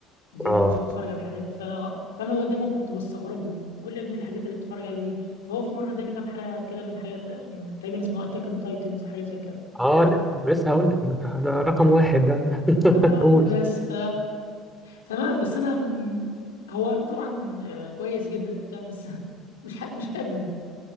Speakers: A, on the left; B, in the centre.
A: دايما
B: اه
A: بشوف اتفرج على حاجات فانا فانا دايما كنت بستغربه بقول يا ابني إيه الحاجات اللي بتتفرج عليها دي فهو في مره اداني كام حلقه كده من حاجه من- تقريبا اسمه اتاك اون تايتنز حاجه زي كده
B: اه لا، لسه هقول لك ده, ده رقم واحد ده
A: آه
B: <laughs> قول
A: بس ف تمام بس انا م- هو طبعا آه، كويس جدا وبتاع بس <laughs> مش ح... مش قابله